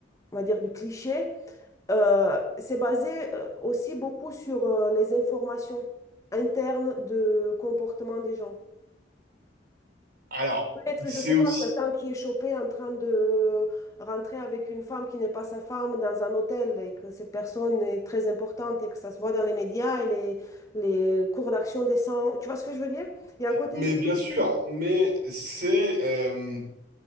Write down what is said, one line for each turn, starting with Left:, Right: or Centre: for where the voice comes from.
Left: on va dire du cliché. Euh, c'est basé euh, aussi beaucoup sur euh, les informations internes de comportement des gens.
Right: Alors,
Left: Peut-être,
Right: c'est
Left: je sais
Right: aussi
Left: pas, quelqu'un qui est chopé en train de rentrer avec une femme qui n'est pas sa femme dans un hôtel et que cette personne est très importante et que ça se voit dans les médias et les, les cours d'action descendent. Tu vois ce que je veux dire? Il y a un côté
Right: mais
Left: humain,
Right: bien sûr, mais c'est euh,